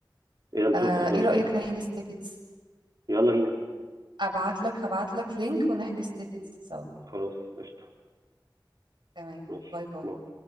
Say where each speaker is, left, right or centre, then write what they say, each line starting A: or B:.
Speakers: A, on the right; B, on the right.
A: اذا ما
B: آه،
A: شفتش دول
B: ايه رايك نحجز تيكتس
A: يلا بينا
B: ابعت لك هبعت لك لينك ونحجز تيكتس سوا
A: خلاص قشطه
B: تمام
A: ماشي
B: باي باي
A: باي